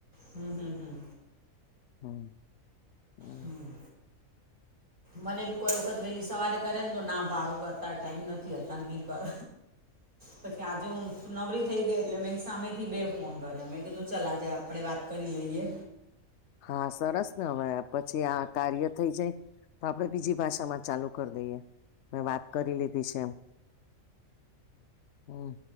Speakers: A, on the right; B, on the left.
A: હમ્મ હમ્મ હમ્મ
B: હમ્મ
A: હમ્મ મને બી કોઈ વખત વહેલી સવારે કરે તો ના પાડું ટાઈમ નથી અતારે નહીં કર. પછી આજે હું નવરી થઈ ગઈ એટલે મેં સામેથી બે ફોન કર્યા મેં કીધું ચલા જાય આપ આપણે વાત કરી લઈએ.
B: હા સરસ ને હવે પછી આ કાર્ય થઈ જાય તો આપડે બીજી ભાષા માં ચાલુ કરી દઈએ મે વાત કરી લીધી છે એમ હમ્મ